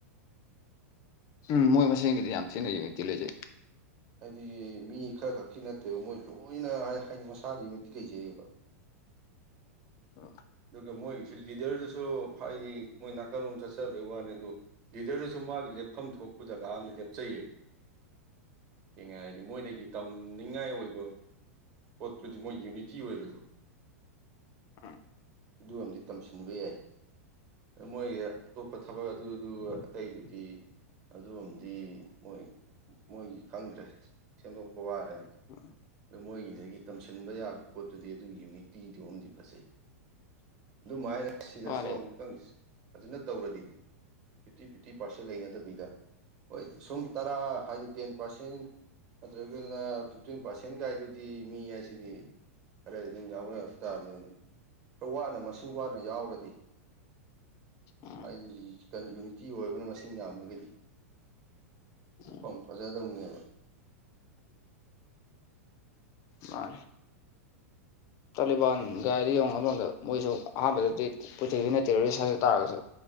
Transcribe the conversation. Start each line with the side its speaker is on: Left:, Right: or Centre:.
Left: ꯎꯝ ꯃꯣꯏ ꯃꯁꯦꯟꯒꯤꯗꯤ ꯌꯥꯝ ꯊꯤꯅ ꯌꯨꯅꯤꯇꯤ ꯂꯩꯖꯩ꯫
Right: ꯍꯥꯏꯗꯤ ꯃꯤ ꯈꯔ ꯈꯛꯀꯤ ꯅꯠꯇꯦꯕ ꯃꯣꯏ ꯂꯣꯏꯅ ꯍꯥꯏꯗꯤ ꯃꯁꯥꯒꯤ ꯌꯨꯅꯤꯇꯤ ꯂꯩꯖꯩꯌ‌ꯦꯕ
Left: ꯎꯝ
Right: ꯑꯗꯨ ꯃꯣꯏꯒꯤꯁꯨ ꯂꯤꯗꯔꯗꯨꯁꯨ ꯍꯥꯏꯗꯤ ꯃꯣꯏ ꯅꯥꯀꯜꯂꯣꯝ ꯆꯠꯆꯕꯒꯤ ꯋꯥꯅꯤ ꯑꯗꯨ ꯂꯤꯗꯔꯗꯨꯁꯨ ꯃꯥꯒꯤ ꯂꯦꯞꯐꯝ ꯊꯣꯛ ꯖꯒꯥ ꯑꯃꯗ ꯂꯦꯞꯆꯩꯌꯦ ꯁ‌ꯦꯡꯅ ꯍꯥꯏꯗꯤ ꯃꯣꯏꯗꯒꯤ ꯇꯝ ꯇꯝꯅꯤꯡꯉꯥꯏ ꯑꯣꯏꯕ ꯄꯣꯠꯇꯨꯗꯤ ꯃꯣꯏ ꯌꯨꯅꯤꯇꯤ ꯑꯣꯏꯕꯗꯣ
Left: ꯎꯝ
Right: ꯑꯗꯨ ꯑꯃꯗꯤ ꯇꯝꯁꯤꯟꯕ ꯌꯥꯏ ꯃꯣꯏ ꯑꯇꯣꯞꯄ ꯊꯕꯛ ꯑꯗꯨ ꯑꯗꯨ ꯑꯇꯩꯗꯨꯗꯤ ꯑꯗꯨꯑꯝꯗꯤ ꯃꯣꯏ ꯃꯣꯏꯒꯤ ꯈꯪꯗ꯭ꯔꯦ ꯁꯦꯝꯗꯣꯛꯄ ꯋꯥꯔꯅꯤ
Left: <inaudible>
Right: ꯑꯗꯣ ꯃꯣꯏꯒꯤꯗꯒꯤ ꯇꯝꯁꯤꯟꯕ ꯌꯥꯕ ꯄꯣꯠꯇꯨꯗꯤ ꯑꯗꯨꯒꯤ ꯌꯨꯅꯤꯇꯤꯗꯨ ꯃꯗꯤ ꯐꯖꯩ ꯑꯗꯨꯃꯥꯏꯅ ꯁꯤꯗꯁꯨ
Left: ꯃꯥꯅꯦ
Right: ꯑꯃꯨꯛꯇꯪ ꯐꯖꯅ ꯇꯧꯔꯗꯤꯅꯦ ꯐꯤꯞꯇꯤ ꯐꯤꯞꯇꯤ ꯄꯥꯔꯁꯦꯟ ꯂꯩꯅꯗꯕꯤꯗ ꯍꯣꯏ ꯁꯨꯝ ꯇꯔꯥ ꯍꯥꯏꯗꯤ ꯇꯦꯟ ꯄꯥꯔꯁꯦꯟ ꯅꯠꯇ꯭ꯔꯒꯅ ꯐꯤꯞꯇꯤꯟ ꯄꯥꯔꯁꯦꯟ ꯒꯥꯏꯗꯨꯗꯤ ꯃꯤ ꯍꯥꯏꯁꯤꯗꯤ ꯈꯔꯗꯤ ꯑꯗꯨꯝ ꯌꯥꯎꯅ ꯇꯥꯥꯕꯅꯤ ꯑꯗꯨꯝ ꯈꯔ ꯋꯥꯅ ꯃꯁꯦꯟ ꯄꯨꯕꯥꯅꯥ ꯌꯥꯎꯔꯗꯤ
Left: ꯎꯝ
Right: ꯑꯩꯒꯤꯖꯤ ꯀꯟ ꯌꯨꯅꯤꯇꯤ ꯑꯣꯏꯕꯅ ꯃꯁꯤꯡ ꯌꯥꯝꯃꯒꯗꯤ
Left: ꯎꯝ
Right: ꯃꯐꯝ ꯐꯖꯗꯧꯅꯦꯕ
Left: ꯃꯥꯅꯤ ꯇꯥꯂꯤꯕꯥꯟ ꯒꯥꯏꯗꯣ ꯌꯦꯡꯉꯣ ꯑꯃꯔꯣꯝꯗ ꯃꯣꯏꯁꯨ ꯑꯍꯥꯟꯕꯗꯗꯤ ꯄ꯭ꯔꯤꯊꯤꯕꯤꯅꯥ ꯇꯦꯔꯣꯔꯤꯁ ꯍꯥꯏꯖꯕ ꯇꯥꯔꯒꯁꯨ